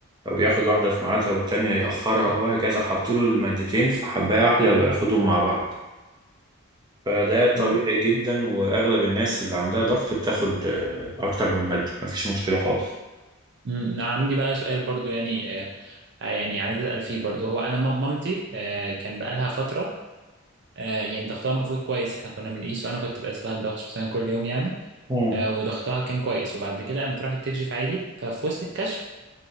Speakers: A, on the right; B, on the right.
A: او ياخد واحده في ميعادها والتانيه ياخرها وهكذا حطوا له المادتين في حبايه واحده بقى ياخدهم مع بعض فده طبيعي
B: امم
A: جدا واغلب الناس اللي عندها ضغط بتاخد آه، اكتر من ماده مفيش مشكله خالص
B: أنا عندي بقى سؤال برضو يعني آه، آه، يعني عايز اسال فيه برضو هو انا مام- مامتي آه، كان بقالها فتره آه، يعني ضغطها المفروض كويس احنا كنا بنقيس وانا كنت بقيس لها الضغط شخصيا كل يوم يعني
A: مم.
B: آه، وضغطها كان كويس وبعد كده قامت راحت تكشف عادي ففي وسط الكشف